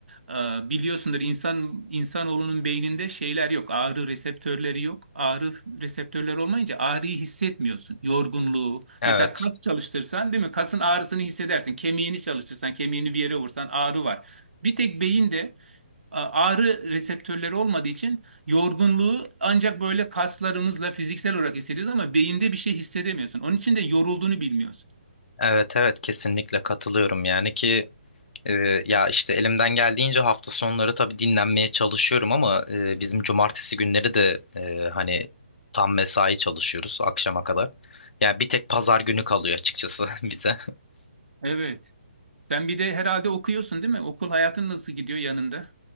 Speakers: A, on the right; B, on the left.
A: e, biliyorsundur insan insanoğlunun beyninde şeyler yok ağrı reseptörleri yok ağrı reseptörleri olmayınca ağrıyı hissetmiyorsun yorgunluğu
B: Evet.
A: mesela kas çalıştırsan değil mi kasın ağrısını hissedersin kemiğini çalıştırsan kemiğini bir yere vursan ağrı var. Bir tek beyinde A- ağrı reseptörleri olmadığı için yorgunluğu ancak böyle kaslarımızla fiziksel olarak hissediyoruz ama beyinde bir şey hissedemiyorsun. Onun için de yorulduğunu bilmiyorsun.
B: Evet evet kesinlikle katılıyorum yani ki Ee, ya işte elimden geldiğince hafta sonları tabii dinlenmeye çalışıyorum ama e, bizim cumartesi günleri de e, hani tam mesai çalışıyoruz akşama kadar. Yani bir tek pazar günü kalıyor açıkçası <laughs> bize.
A: Evet. Sen bir de herhalde okuyorsun değil mi? Okul hayatın nasıl gidiyor yanında?